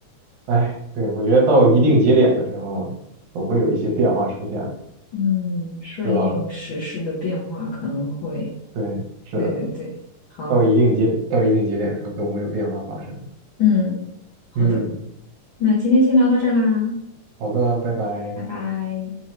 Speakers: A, on the right; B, on the left.
A: 哎，对，我觉得到一定节点的时候，总会有一些变化出现，
B: 嗯，顺应时势的变化可能会。
A: 是吧？对，是的，
B: 对对对，好，
A: 到一定节到一定节点的时候，都会有变化发生。
B: 嗯，好的，
A: 嗯，
B: 那今天先聊到这儿啦，
A: 好的，拜拜。
B: 拜拜。